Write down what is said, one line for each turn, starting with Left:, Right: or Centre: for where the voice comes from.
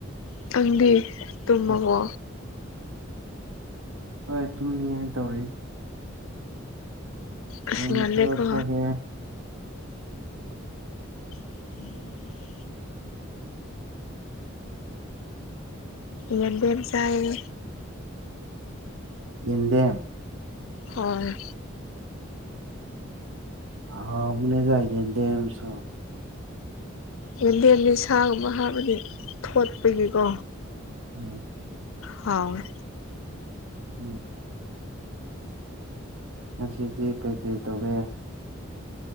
Left: ꯅꯪꯗꯤ ꯇꯨꯝꯃꯕꯣ
Right: ꯑꯁ ꯍꯣꯏ ꯇꯨꯝꯅꯤꯡꯉꯥꯏ ꯇꯧꯔꯤ ꯀꯔꯤ
Left: ꯑꯁ ꯉꯜꯂꯦꯀꯣ
Right: ꯃꯊꯦꯜ ꯆꯥꯒꯦ
Left: <unintelligible> ꯌꯦꯟꯗꯦꯝ ꯆꯥꯌꯦ
Right: ꯌꯦꯟꯗꯦꯝ
Left: ꯍꯣꯏ
Right: ꯍꯥꯎꯕꯅꯦꯗ ꯌꯦꯟꯗꯦꯝꯁꯨ
Left: ꯌꯦꯟꯗꯦꯝꯗꯤ ꯁꯥꯒꯨꯝꯕ ꯍꯥꯞꯂꯗꯤ ꯊꯣꯠꯄꯒꯤꯀꯣ
Right: ꯎꯝ
Left: ꯍꯥꯎꯋꯦ
Right: ꯎꯝ ꯉꯁꯤꯗꯤ ꯀꯩꯀꯩ ꯇꯧꯕꯤꯔꯦ